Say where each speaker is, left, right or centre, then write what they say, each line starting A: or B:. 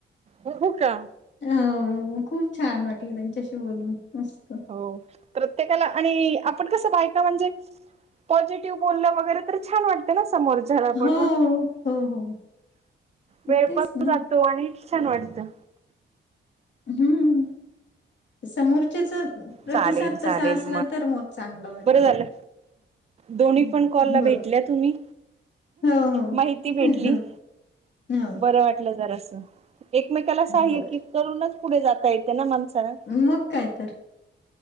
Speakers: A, on the right (about 30°); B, on the left (about 65°).
A: हो हो का?
B: अ खूप छान वाटलं त्यांच्याशी बोलून मस्
A: हो, प्रत्येकाला आणि आपण कसं बायका म्हणजे पॉझिटिव्ह बोललं वगैरे तर छान वाटते ना समोर चाला पण
B: हो,
A: मग,
B: हो, हो
A: वेळ
B: तेच
A: पण
B: ना
A: जातो आणि छान वाटतं.
B: हम्म. समोरच्याचं प्रतिसाद
A: चालेल चालेल
B: तसा असला तर मग चांगलं वाटते.
A: बरं झालं दोन्ही
B: हम्म.
A: पण कॉलला
B: बर
A: भेटल्या तुम्ही.
B: हो,
A: माहिती भेटली.
B: हो, हो
A: बरं वाटलं जरासं, एकमेकाला साह्य
B: बर
A: की करुनच पुढे जाता येते ना माणसाला.
B: मग काय तर